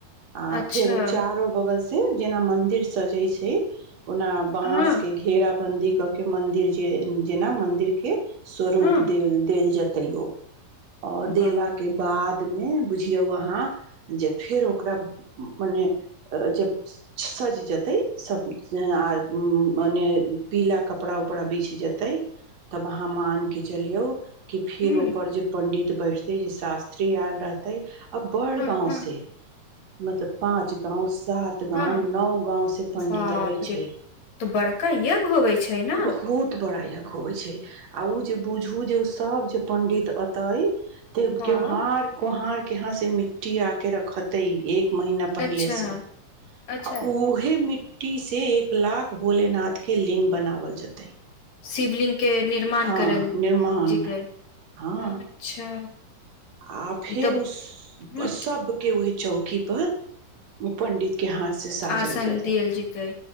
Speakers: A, on the right (about 50°); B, on the left (about 55°).
A: आ
B: अच्छा
A: फेर चारो बगल से जेना मन्दिर सजै छै उना बांस
B: हँ
A: के घेराबंन्दी क के मंन्दिर जे जेना मन्दिर के स्वरूप
B: हँ
A: देल देल जेत तैयौ आ देल
B: वाह
A: के बाद मे बुझियौ अहाँ जे फेर ओकरा मने सज जेतै तऽ सब आर मने पीला क कपड़ा उपड़ा बिछ जेतै तब अहाँ मान के चलियौ कि फेर
B: हूँ
A: ओपर जे डीत बैठतै ज शास्त्री आयाल रहतेै आ बड़
B: हँ
A: गांव
B: हँ
A: से मतलब पाच गांव सात गांव
B: हँ
A: नओ गांव से पंडित
B: बाप
A: अबे छै
B: रे तऽ बड़का यज्ञ होवे छै ने
A: बहुत बड़ा य गाव होइ छै आ ओ जे बुझू जे ओ सब जे पण्डित तइ त
B: हँ
A: क्यौहार कहार यहाँ से मिट्टी आ के रखते एक महीना पहिले
B: अच्छा
A: से
B: अच्छा
A: आ उहे मिट्टी ु टी से एक लाख भोलेनाथके लिङ्ग बनाओल जेतै
B: शिवलि्ग के निर्माण
A: हँ
B: करल
A: निर्माण
B: जतै
A: हँ
B: अच्छा
A: आ फेर
B: ई तऽ
A: उ सब
B: ह
A: के ओह चौकी पर पण्डित के हाथ से सा
B: आसन
A: जल जाता
B: दियल जेतै